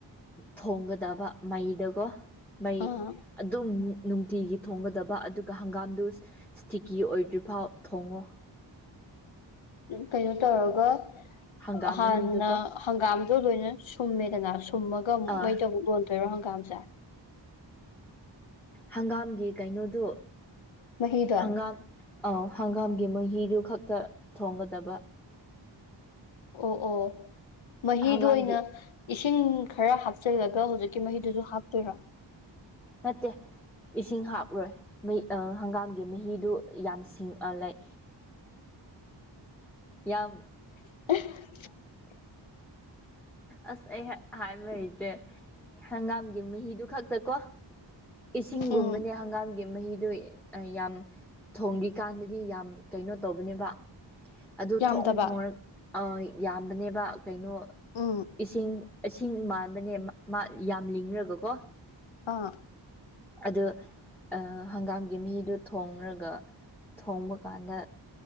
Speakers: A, in the centre; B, on the left (about 90°).
A: ꯊꯣꯡꯒꯗꯕ ꯃꯩꯗꯒꯣ ꯃꯩ
B: ꯑꯥ ꯑꯥ
A: ꯑꯗꯨꯝ ꯅꯨꯡꯇꯤꯒꯤ ꯊꯣꯡꯒꯗꯕ ꯑꯗꯨꯒ ꯍꯪꯒꯥꯝꯗꯨ ꯏꯁꯤꯛ ꯀꯤ ꯑꯣꯏꯗ꯭ꯔꯤꯐꯥꯎ ꯊꯣꯡꯉꯨ
B: ꯀꯩꯅꯣ ꯇꯧꯔꯒ
A: ꯍꯪꯒꯥꯝ
B: ꯍꯥꯟꯅ
A: ꯃꯍꯤꯗꯨꯀꯣ
B: ꯍꯪꯒꯥꯝꯗꯣ ꯂꯣꯏꯅ ꯁꯨꯝꯃꯦꯗꯅ ꯁꯨꯝꯃꯒ ꯑꯃꯨꯛ
A: ꯑꯥ
B: ꯃꯩꯗ ꯑꯃꯨꯛ ꯂꯣꯟ ꯀꯣꯏꯔꯣ ꯍꯪꯒꯥꯝꯁꯦ
A: ꯍꯪꯒꯥꯝꯒꯤ ꯀꯩꯅꯣꯗꯣ
B: ꯃꯍꯤꯗꯣ
A: ꯍꯪꯒꯥꯝ ꯑꯧ ꯍꯪꯒꯥꯝꯒꯤ ꯃꯍꯨꯤꯗꯨ ꯈꯛꯇ ꯊꯣꯡꯒꯗꯕ
B: ꯑꯣ ꯑꯣ ꯃꯍꯤꯗ
A: ꯍꯪꯒꯥꯝꯒꯤ
B: ꯑꯣꯏꯅ ꯏꯁꯤꯡ ꯈꯔ ꯍꯥꯞꯆꯤꯜꯂꯒ ꯍꯧꯖꯤꯛꯀꯤ ꯃꯍꯤꯗꯨꯁꯨ ꯍꯥꯞꯇꯣꯏꯔꯥ
A: ꯅꯠꯇꯦ ꯏꯁꯤꯡ ꯍꯥꯞꯂꯣꯏꯩ ꯍꯪꯒꯥꯝꯒꯤ ꯃꯍꯤꯗꯨ ꯌꯥꯝ ꯁꯤꯡ ꯂꯥꯏ ꯌꯥꯝ
B: <unintelligible>
A: ꯑꯁ ꯑꯩ ꯍꯥꯏꯕ ꯂꯩꯇꯦ ꯍꯪꯒꯥꯝꯒꯤ ꯃꯍꯤꯗꯨ ꯈꯛꯇ ꯀꯣ ꯏꯁꯤꯡꯒꯨꯝꯕꯅꯦ
B: ꯎꯝ
A: ꯍꯪꯒꯥꯝꯒꯤ ꯃꯍꯤꯗꯨ ꯌꯥꯝ ꯊꯣꯡꯕꯤꯀꯥꯟꯗꯗꯤ ꯌꯥꯝ ꯀꯩꯅꯣ ꯇꯧꯕꯅꯦꯕ ꯑꯗꯨ
B: ꯌꯥꯝꯗꯕ
A: ꯊꯑ ꯊꯣꯡꯅ ꯌꯥꯝꯕꯅꯦꯕ ꯀꯩꯅꯣ
B: ꯎꯝ
A: ꯏꯁꯤꯡ ꯑꯁꯤ ꯃꯥꯟꯕꯅꯦ ꯃꯥ ꯌꯥꯝ ꯂꯤꯡꯈ꯭ꯔꯒꯀꯣ
B: ꯑꯥ
A: ꯑꯗ ꯍꯪꯒꯥꯝꯒꯤ ꯃꯍꯤꯗꯨ ꯊꯣꯡꯔꯒ ꯊꯣꯡꯕ ꯀꯥꯟꯗ